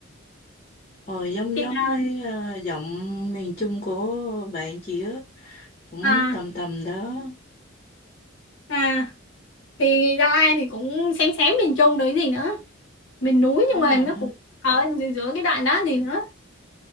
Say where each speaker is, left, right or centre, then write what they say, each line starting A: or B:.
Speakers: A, on the left (about 35°); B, on the left (about 65°).
A: ờ giống
B: chị
A: giống
B: là
A: với ờ, giọng miền Trung của bạn chị á, cũng
B: à
A: tầm tầm đó.
B: à thì Gia Lai thì cũng xém xém miền Trung đấy gì nữa miền núi
A: Đúng
B: nhưng mà
A: rồi.
B: nó cũng ở giữa giữa cái đoạn đó gì nữa